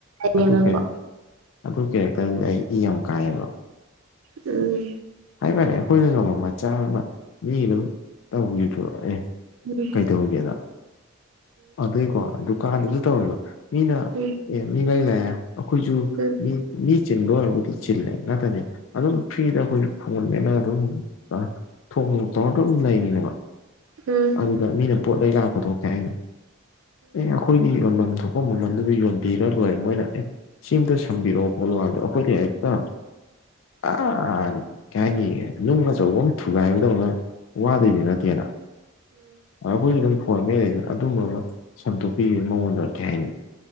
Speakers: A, on the right; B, on the left.
A: ꯂꯥꯏꯅꯦꯕꯀꯣ
B: ꯑꯗꯨ ꯀꯩꯅꯣ ꯑꯗꯨ ꯀꯦꯔꯦꯛꯇꯔꯗꯨ ꯑꯩ ꯏ ꯌꯥꯝ ꯀꯥꯏꯑꯕ
A: ꯎꯝ
B: ꯍꯥꯏꯇꯥꯔꯦ ꯑꯩꯈꯣꯏꯅ ꯉꯝꯕ ꯃꯆꯥ ꯑꯃ ꯃꯤ ꯑꯗꯨꯝ ꯇꯧꯕꯤꯗ꯭ꯔꯣ ꯑꯦ
A: ꯎꯝ
B: ꯀꯩꯗꯧꯒꯦꯗ ꯑꯗꯨꯏꯀꯣ ꯗꯨꯀꯥꯟꯗꯨꯁꯨ ꯇꯧꯋꯦꯕ ꯃꯤꯅ
A: ꯎꯝ
B: ꯑꯦ ꯃꯤ ꯂꯥꯏ ꯂꯥꯛꯑꯦ ꯑꯩꯈꯣꯏꯁꯨ
A: ꯎ
B: ꯃꯤ ꯆꯤꯟꯕꯣꯕꯨꯗꯤ ꯆꯤꯂꯦ ꯅꯇꯅꯦ ꯑꯗꯨꯝ ꯐ꯭ꯔꯤꯗ ꯑꯩꯈꯣꯏ ꯐꯣꯟꯅꯦꯅꯒ ꯑꯗꯨꯝ ꯊꯣꯡ ꯂꯣꯛ ꯇꯧꯔ ꯑꯗꯨ ꯑꯗꯨꯝ ꯂꯩꯔꯤꯅꯦꯕ
A: ꯎꯝ ꯎꯝ ꯎꯝ ꯎꯝ ꯎꯝ ꯎꯝ ꯎꯝ ꯎꯝ ꯎꯝ ꯎꯝ
B: ꯑꯗꯨꯗ ꯃꯤꯅ ꯄꯣꯠꯂꯩ ꯂꯥꯛꯄꯗ ꯊꯣꯛꯁꯦ ꯑꯩꯅ ꯑꯩꯈꯣꯏꯒꯤ ꯌꯣꯟꯐꯝ ꯊꯣꯛꯄ ꯃꯃꯜꯗꯨꯗꯤ ꯌꯣꯟꯕꯤꯔ ꯂꯣꯏꯔꯦ ꯃꯣꯏꯅ ꯑꯦ ꯁꯤ ꯑꯇ ꯁꯝꯕꯤꯔꯛꯑꯣ ꯈꯣꯠꯂꯨꯗꯣ ꯑꯩꯈꯣꯏꯅ ꯍꯦꯛꯇ ꯑꯥ ꯀꯩ ꯍꯥꯏꯅꯤ ꯅꯨꯡ ꯑꯆꯧꯕ ꯑꯃ ꯊꯨꯒꯥꯏ ꯍꯥꯏꯕꯗꯧꯅ ꯋꯥꯗꯣꯢꯗꯤ ꯅꯠꯇꯦꯅ ꯑ ꯑꯩꯈꯣꯏ ꯑꯗꯨꯝ ꯐꯣꯟ ꯃꯦꯠ ꯂꯩꯗꯣꯢꯅꯤ ꯑꯗꯨꯝꯕ ꯑꯃ ꯆꯝꯗꯣꯛꯄꯤꯈꯤꯕ ꯃꯉꯣꯟꯗ ꯀꯩ ꯍꯥꯏꯅꯤ